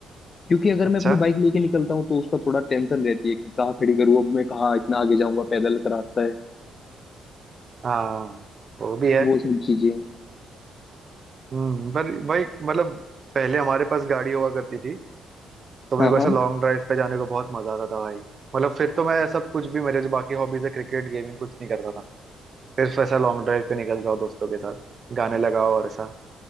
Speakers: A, on the left; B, on the right.
A: क्योंकि अगर
B: अच्छा
A: मैं अपनी बाइक लेके निकलता हूँ तो उसका थोड़ा टेंशन रहती है कि कहाँ खड़ी करूँ अब मैं कहाँ इतना आगे जाऊंगा पैदल का रास्ता है
B: हाँ वो भी है
A: वो सब चीजें
B: हम्म पर भाई मतलब पहले हमारे पास गाड़ी हुआ करती थी तो मेरे
A: हाँ
B: को
A: हाँ
B: ऐसे लॉन्ग ड्राइव पे जाने को बहुत मजा आता था भाई मतलब फिर तो मैं सब कुछ भी मेरे जो बाकी हॉबीज है क्रिकेट गेमिंग कुछ नहीं करता था सिर्फ ऐसा लॉन्ग ड्राइव पे निकल जाओ दोस्तों के साथ गाने लगाओ और ऐसा